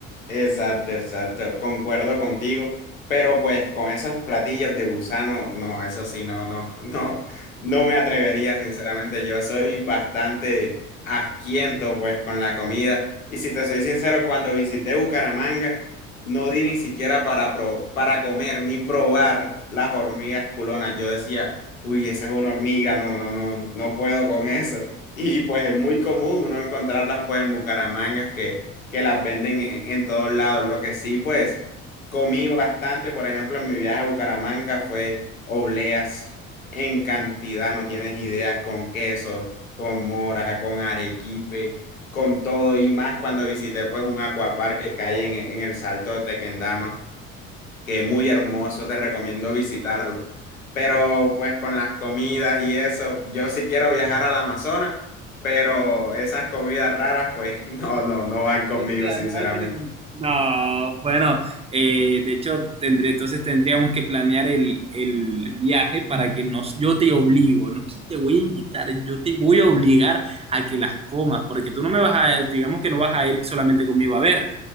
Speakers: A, on the left; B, on the right.
A: Exacto, exacto, concuerdo contigo, pero pues con esos platillos de gusano, no, eso sí, no, no, <laughs> no, no me atrevería, sinceramente, yo soy bastante asquiento pues con la comida y si te soy sincero, cuando visité Bucaramanga, no di ni siquiera para, pro- para comer ni probar las hormigas culonas, yo decía, uy, esa es una hormiga, no, no, no, no puedo con eso. Y pues es muy común uno encontrarlas pues en Bucaramanga que, que las venden en, en todos lados. Lo que sí pues comí bastante, por ejemplo, en mi viaje a Bucaramanga fue obleas en cantidad, no tienes ideas, con queso, con mora, con arequipe, con todo y más cuando visité pues un acuapark que cae en, en el Salto de Tequendama que es muy hermoso, te recomiendo visitarlo. Pero pues con las comidas y eso, yo sí quiero viajar al Amazonas, pero esas comidas raras pues <laughs> no, no, no van conmigo,
B: entra,
A: sinceramente.
B: no entra en- No, bueno, eh, de hecho, tendré, entonces tendríamos que planear el, el viaje para que nos, yo te obligo, no es que te voy a invitar, yo te voy a obligar a que las comas, porque tú no me vas a, digamos que no vas a ir solamente conmigo a ver